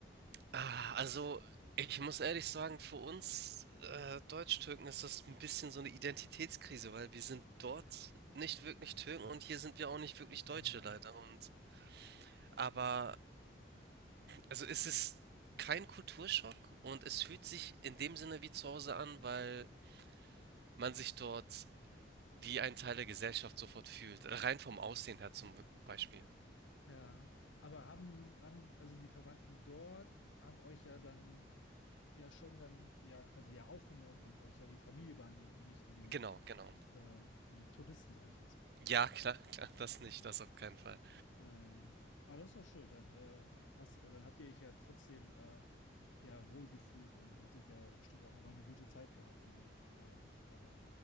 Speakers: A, on the right (about 55°); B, on the left (about 80°).
A: Ah, also, ich muss ehrlich sagen, für uns, äh, Türken ist das ein bisschen so eine Identitätskrise, weil wir sind dort nicht wirklich Türken und hier sind wir auch nicht wirklich
B: Hm,
A: Deutsche leider und aber also, es ist kein Kulturschock und es fühlt sich in dem Sinne wie zu Hause an, weil man sich dort wie ein Teil der Gesellschaft sofort fühlt, rein vom Aussehen her zum Beispiel.
B: ja, aber haben, haben also die Verwandten dort, haben euch ja dann ja schon dann ja quasi ja aufgenommen und euch ja wie Familie behandelt und nicht wie,
A: Genau, genau.
B: äh, wie Touristen, sage ich jetzt mal.
A: Ja, <laughs> klar, klar, das nicht, das auf keinen Fall.
B: Nein. Ah, das ist doch schön. Dann, äh, hast, dann habt ihr euch ja trotzdem äh, ja wohlgefühlt und hattet ja bestimmt auch immer eine gute Zeit gehabt, wenn ihr äh, in der Türkei wart.